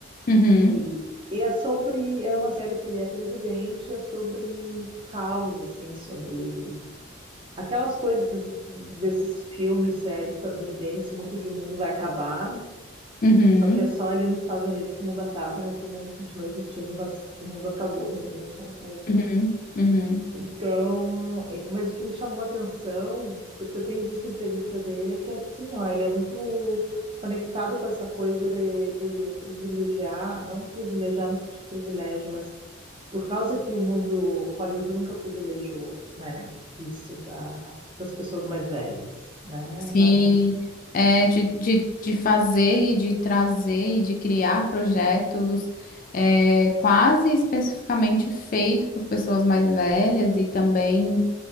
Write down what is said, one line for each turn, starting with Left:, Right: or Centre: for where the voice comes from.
Left: Uhum.
Right: E, e é sobre... É uma série que ele é presidente, é sobre causa, assim, sobre Aquelas coisas des- desses filmes, séries estadunidense, muito de o mundo vai acabar,
Left: Uhum.
Right: só que é só ali nos Estados Unidos que o mundo acaba, o resto do mundo continua existindo, mas o mundo acabou, entendeu? Aquela coisa.
Left: Uhum. Uhum.
Right: Então, e- mas o que me chamou a atenção, porque eu tenho visto entrevista dele, é que assim, ó, ele é muito conectado com essa coisa de, de privilegiar, não privilegiar no sentido de privilégio, mas por causa que o mundo Hollywood nunca privilegiou, né, isso da, das pessoas mais velhas, né,
Left: Sim,
Right: Bárbara?
Left: é, de, de, de fazer e de trazer e de criar projetos é, quase especificamente feito por pessoas mais velhas e também